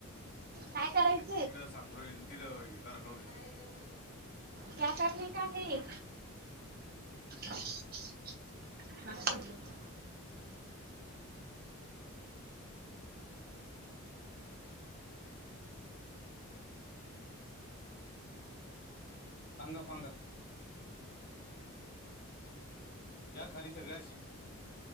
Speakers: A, on the right; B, on the left.
A: काय करायचं
B: तिकडं सांगून राहिल तिथं हे करायला लावल
A: क्या करणे का हे
B: <inaudible>
A: <inaudible>
B: <inaudible> पंग पांग या खाली सगळ्याशी